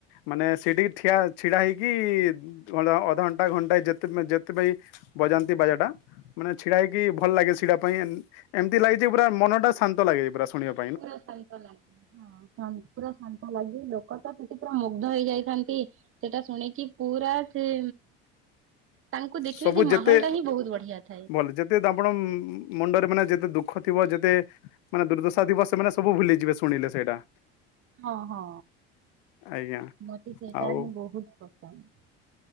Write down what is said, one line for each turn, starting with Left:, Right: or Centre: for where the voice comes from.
Left: ମାନେ ସେଇଠିକି ଠିଆ ଛିଡ଼ା ହେଇକି ଅଧଘଣ୍ଟା ଘଣ୍ଟାଏ ଯେତେ ଯେତେପାଇଁ ବଜାନ୍ତି ବାଜାଟା। ମାନେ ଛିଡା ହେଇକି ଭଲ ଲାଗେ ଛିଡା ପାଇଁ, ଏମିତି ଲାଗିଛି ପୁରା ମନ ଟା ଶାନ୍ତ ଲାଗେ ପୁରା ଶୁଣିବାକୁ।
Right: ପୁର ଶାନ୍ତ ଲାଗେ। ହଁ ପୁରା ଶାନ୍ତ ଲାଗି ଲୋକ ତ ସେଠି ପୁରା ମୁଗ୍ଧ ହେଇଯାଇଥାନ୍ତି। ସେଟା ଶୁଣିକି ପୁରା ସେ ତାଙ୍କୁ ଦେଖିବେ
Left: ସବୁ
Right: ସେ ମାହୋଲ
Left: ଯେତେ
Right: ଟା ହିଁ ବହୁତ ବଢିଆ ଥାଏ।
Left: ଭଲ ଯେତେ ଆପଣ ମୁଣ୍ଡରେ ମାନେ ଯେତେ ଦୁଃଖ ଥିବ ଯେତେ ମାନେ ଦୁର୍ଦ୍ଦଶା ଦିବସ ସେମାନେ ସବୁ ଭୁଲିଯିବେ ଶୁଣିଲେ ସେଇଟା।
Right: ହଁ ହଁ
Left: ଆଜ୍ଞା
Right: ମତେ ସେଟା
Left: ଆଉ
Right: ହିଁ ବହୁତ ପସନ୍ଦ।